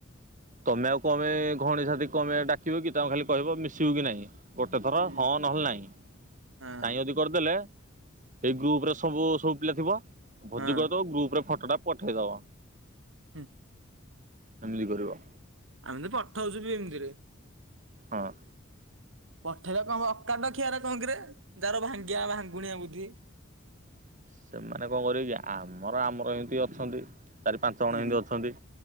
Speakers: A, on the right; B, on the right.
A: ତମେ ଆଉ କଣ ପାଇଁ ଘଉଣି ସାଥି କଣ ପାଇଁ ଆମେ ଡାକିବ କି, ତାଙ୍କୁ ଖାଲି କହିବ ମିଶିବୁ କି ନାଇଁ? ଗୋଟେଥର
B: ହୁଁ।
A: ହଁ ନହେଲେ ନାଇଁ,
B: ହଁ
A: ନାଇଁ ଯଦି କରିଦେଲେ ସେଇ ଗ୍ରୁପ୍ ରେ ସବୁ-ସବୁ ପିଲା ଥିବ, ଭୋଜି
B: ହଁ
A: କରିଦବ ଗ୍ରୁପ୍ ରେ ଫଟ ଟା ପଠେଇଦବ।
B: ହୁଁ।
A: ଏମିତି କରିବ।
B: ଆମେ ତ ପଠଉଛୁ ବି ଏମିତିରେ।
A: ହଁ।
B: ପଠେଇରେ କଣ ହବ, ଅକାଣ୍ଡ ଖିଆର କଣ କିରେ ଯାର ଭାଙ୍ଗିଆ ଭାଙ୍ଗୁଣିଆ ବୁଦ୍ଧି।
A: ସେମାନେ କଣ କରିବେ କି ଆମର-ଆମର ଏନ୍ତି ଅଛନ୍ତି ଚାରି ପାଞ୍ଚ ଜଣ
B: ହୁଁ
A: ଏନ୍ତିି ଅଛନ୍ତି।